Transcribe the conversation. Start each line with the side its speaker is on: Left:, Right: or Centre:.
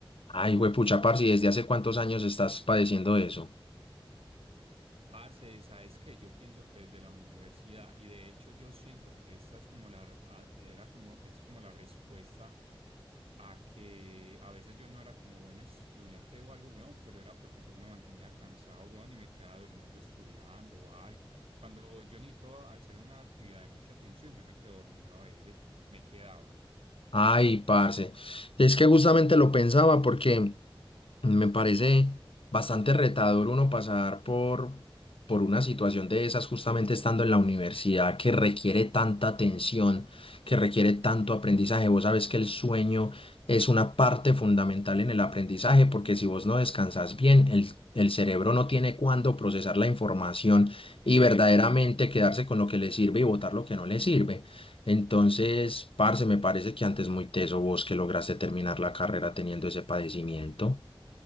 Left: Ay, huepucha, parce, ¿y desde hace cuántos años estás padeciendo eso?
Right: Parce, sabes que yo pienso que desde la universidad, y de hecho yo siento que esta es como la, a- era como, es como la respuesta a que a veces yo no era como buen estudiante o algo, weón, pero era porque yo me mantenía cansado, weón, y me quedaba durmiendo estudiando o algo. Cuando yo necesito hacer una actividad de mucha atención, yo me quedo dormido a veces, me quedaba.
Left: Ay, parce, es que justamente lo pensaba porque Me parece bastante retador uno pasar por, por una situación de esas justamente estando en la universidad que requiere tanta atención, que requiere tanto aprendizaje. Vos sabes que el sueño es una parte fundamental en el aprendizaje porque
Right: Ujú.
Left: si vos no descansas bien, el, el cerebro no tiene cuándo procesar la información
Right: Exacto.
Left: y verdaderamente quedarse con lo que le sirve y botar lo que no le sirve. Entonces, parce, me parece que antes muy teso vos que lograste terminar la carrera teniendo ese padecimiento.